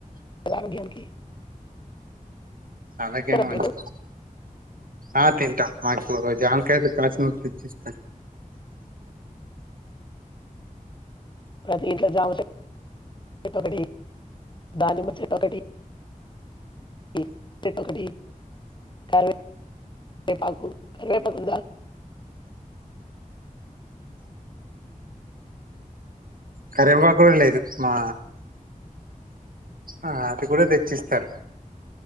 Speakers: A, on the left; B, on the right.
A: జామకాయలకి
B: అందుకేనా మంచింది.
A: మీరు
B: ఆ తింటా మాకు జామ్కాయలు కసినోవోల్ తెచ్చిస్త
A: అది ఇట్లా జామచే ఇత్త ఒకటి దానిమ్మ చెట్టు ఒకటి ఈ చెట్టు ఒకటి కరివే రేపాకు కరివేపాకు ఉందా?
B: కరపాకుడలదదు మా ఆ అది కూడా తెచ్చిస్తారు.